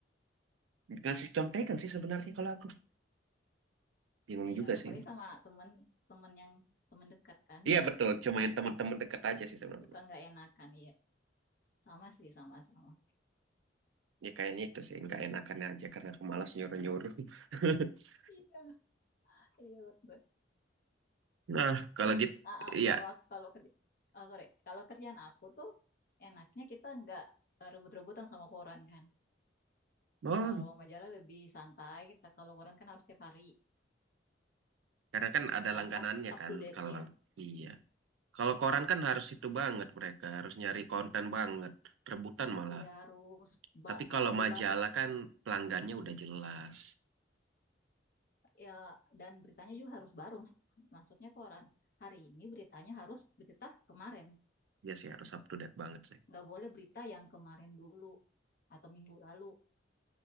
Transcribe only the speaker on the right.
Ngasih contekan sih sebenarnya kalau aku. Bingung
juga
sih.
Iya betul, cuma yang teman-teman dekat aja sih sebenarnya.
Ya kayaknya itu sih nggak enakan aja karena aku malas nyuruh-nyuruh. <laughs>
Nah, kalau
gitu
iya.
Oh,
karena kan ada
langganannya
kan
kalau
iya. Kalau koran kan harus itu banget mereka, harus nyari konten banget, rebutan malah.
Tapi kalau
majalah
kan pelanggannya udah jelas.
Ya sih harus up to date banget sih.